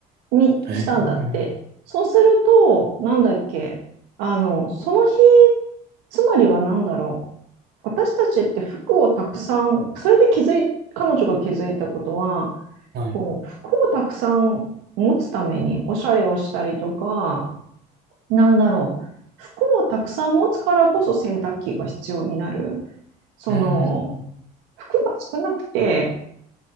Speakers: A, on the right; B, on the right.
A: にしたんだって。
B: へえ、うん。
A: そうすると、なんだっけ、あの、その日、つまりはなんだろう。私たちって服をたくさん、それで気づい、彼女が気づいたことは、
B: はい。
A: こう、服をたくさん持つためにおしゃれをしたりとか、なんだろう、服をたくさん持つからこそ洗濯機が必要になる。その、
B: うん。
A: 服が少なくて、